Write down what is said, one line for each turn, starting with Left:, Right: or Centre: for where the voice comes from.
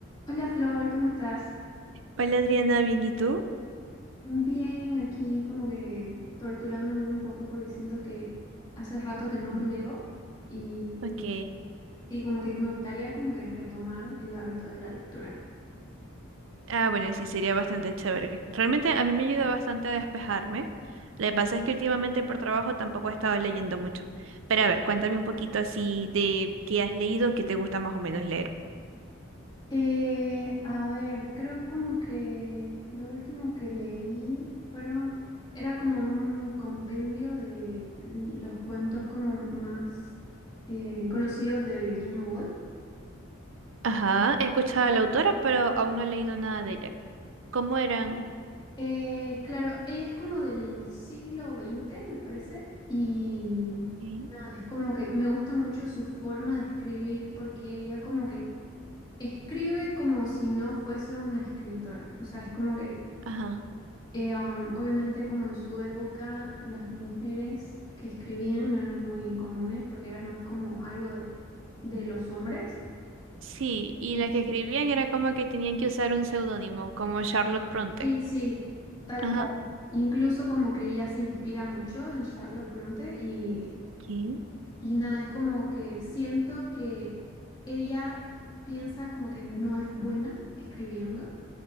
Left: Hola Flor, ¿cómo estás?
Right: Hola Adriana, bien, ¿y tú?
Left: Bien, aquí como que torturándome un poco porque siento que hace rato que no
Right: Mm.
Left: leo y
Right: Ok.
Left: sí, como que me gustaría como que retomar el hábito de la lectura.
Right: Ah, bueno, sí, sería bastante chévere. Realmente a mí me ayuda bastante a despejarme. Lo que pasa es que últimamente por trabajo tampoco he estado leyendo mucho. Pero a ver, cuéntame un poquito así de qué has leído, qué te gusta más o menos leer.
Left: Eh, a ver, creo como que lo último que leí fueron, era como un compendio de los cuentos como más eh, conocidos de Virginia Woolf.
Right: Ajá, he escuchado a la autora, pero aún no he leído nada de ella. ¿Cómo eran?
Left: Eh, claro, ella es como del siglo XX, me parece, y
Right: Sí.
Left: nada, es como que me gusta mucho su forma de escribir porque ella como que escribe como si no fuese una escritora, o sea, es como que
Right: Ajá.
Left: eh, um, obviamente como en su época las mujeres que escribían no eran muy comunes porque era más como algo de, de los hombres.
Right: Sí, y
Left: Mm.
Right: las que escribían era como que tenían que usar un seudónimo, como Charlotte Bronte.
Left: Sí, sí, tal
Right: Ajá.
Left: cual. Incluso como que ella se inspira mucho en Charlotte Bronte y
Right: ¿Qué?
Left: Y nada, es como que siento que ella piensa como que no es buena escribiendo.